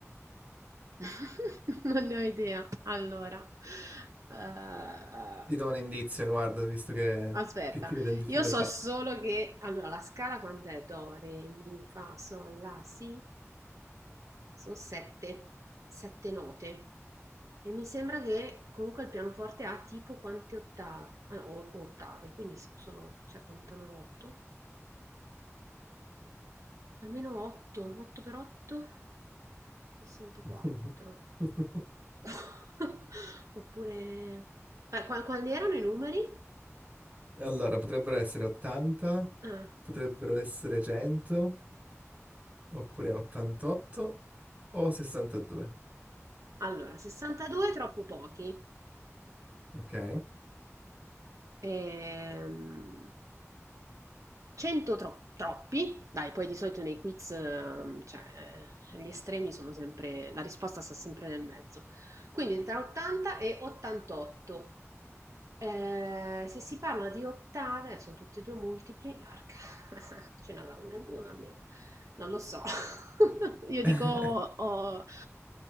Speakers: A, on the right; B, on the right.
A: <laughs> non ne ho idea. Allora, eh,
B: Ti do un indizio, guarda, visto che,
A: Aspetta,
B: che ti vedo in difficoltà.
A: io so solo che... Allora, la scala quant'è? Do, re, mi, fa, sol, la, si. Sono sette, sette note. E mi sembra che comunque il pianoforte ha tipo quante ottave? Ah, o- ottave, quindi si- sono, cioè contano otto. Almeno otto, 8 per 8, 64.
B: <laughs>
A: <laughs> Oppure... eh, qua- quali erano i numeri?
B: Allora, potrebbero essere 80,
A: Ah,
B: potrebbero essere 100, oppure 88 o 62,
A: allora, 62 troppo pochi.
B: ok?
A: Ehm, 100 tro- troppi, dai, poi di solito nei quiz, ehm, cioè, gli estremi sono sempre, la risposta sta sempre nel mezzo. Quindi tra 80 e 88. Eh, se si parla di ottave, eh, sono tutti e due multipli, porca, <laughs> ce n'avrà una in più, una in meno, non lo so. <laughs> Io dico,
B: <laughs>
A: oh,